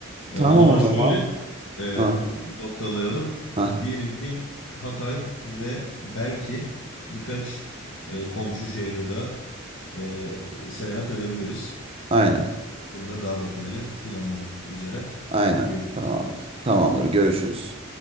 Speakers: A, on the left; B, on the right.
A: E,
B: Tamam
A: o zaman
B: o zaman.
A: şöyle e,
B: Ha,
A: noktalayalım.
B: ha,
A: Diyelim ki Hatay ve belki birkaç e, komşu şehri daha e, seyahat edebiliriz.
B: aynen,
A: Bunu da daha detaylı planlamak üzere
B: aynen.
A: görüşürüz
B: Tamamdır.
A: diyelim.
B: Tamamdır. Görüşürüz.